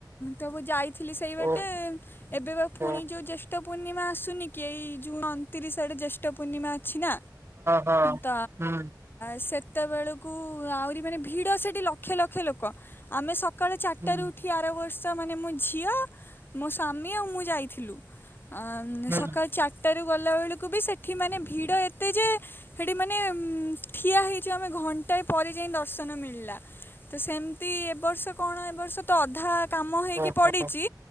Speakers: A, on the left; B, on the right.
A: ତ ମୁଁ ଯାଇ ଥିଲି ସେଇ ବାଟେ
B: ଓହୋ
A: ଏବେ ବା ପୁଣି
B: ହଁ
A: ଯୋଉ ଜେଷ୍ଠ ପୂର୍ଣ୍ଣିମା ଆସୁନି କି ଏଇ ଜୁନ୍ ଅଣତିରିଶ ଆଡେ ଜ୍ୟେଷ୍ଠ ପୂର୍ଣ୍ଣିମା ଅଛି ନା।
B: ହଁ
A: ତ
B: ହୁଁ
A: ସେ ସେତେବେଳକୁ ଆହୁରି ମାନେ ଭିଡ ସେଠି ଲକ୍ଷେ ଲକ୍ଷେ ଲୋକ ଆମେ ସ କାଳ ଚାରିଟାରୁ
B: ହୁଁ
A: ଉଠି ଆର ବର୍ଷ ଚା ମାନେ ମୋ ଝିଅ, ମୋ ସ୍ୱାମୀ ଆଉ ମୁଁ ଯାଇଥିଲୁ। ଆଁ
B: ହୁଁ
A: ସକାଳ ଚାରିଟା ରୁ ଗଲାବେଳକୁ ବି ସେଠି ମାନେ ଭିଡ ଏତେ ଯେ, ସେଠିମାନେ ଠିଆ ହେଇଚୁ ଆମେ ଘଣ୍ଟାଏ ପରେ ଯାଇ ଦର୍ଶନ ମିଳିଲା, ତ ସେମିତି ଏ ବର୍ଷ କଣ ଏ ବର୍ଷ ତ ଅଧା କାମ ହେଇକି
B: ଓହୋ।
A: ପଡିଚି।